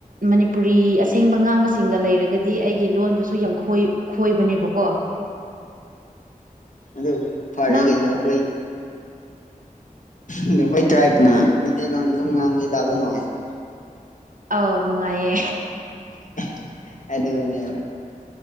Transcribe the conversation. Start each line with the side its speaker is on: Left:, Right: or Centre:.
Right: ꯃꯅꯤꯄꯨꯔꯤ ꯑꯁꯦꯡꯕ ꯉꯥꯡꯕꯁꯤꯡꯒ ꯂꯩꯔꯒꯗꯤ ꯑꯩꯒꯤ ꯂꯣꯟꯗꯨꯁꯨ ꯁꯨ ꯌꯥꯝ ꯈꯣꯏ ꯈꯣꯏꯕꯅꯦꯕꯀꯣ
Left: ꯎꯝ ꯑꯗꯨ ꯐꯔꯦ
Right: ꯅꯪ
Left: ꯀꯩꯅꯣ ꯑꯩꯈꯣꯏ ꯑꯗꯣ ꯑꯩꯈꯣꯏ ꯇ꯭ꯔꯥꯏꯞꯅ ꯃꯩꯇꯩꯂꯣꯟ ꯑꯗꯨꯝ ꯉꯥꯡꯕꯁꯦ ꯇꯥꯕ ꯅꯨꯡꯉꯥꯏꯕ꯭ꯔ
Right: ꯑꯥꯎ ꯅꯨꯡꯉꯥꯏꯌꯦ
Left: <unintelligible> ꯑꯗꯨ ꯅꯦꯕ